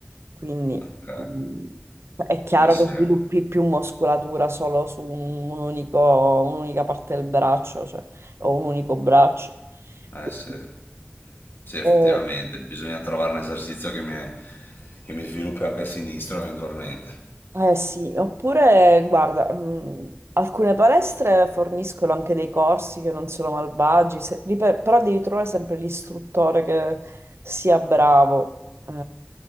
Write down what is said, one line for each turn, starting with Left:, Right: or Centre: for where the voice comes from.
Right: Quindi
Left: ok,
Right: mm, è chiaro
Left: eh sì,
Right: che sviluppi più muscolatura solo su un, un unico, un'unica parte del braccio, cioè, o un unico braccio.
Left: eh
Right: Quindi,
Left: sì, Sì, effettivamente,
Right: eh,
Left: bisogna trovare un esercizio che mi, che mi sviluppi anche il sinistro eventualmente.
Right: Eh sì, oppure guarda, mh, alcune palestre forniscono anche dei corsi che non sono malvagi, se- ripet- però devi trovare sempre l'istruttore che sia bravo. Eh,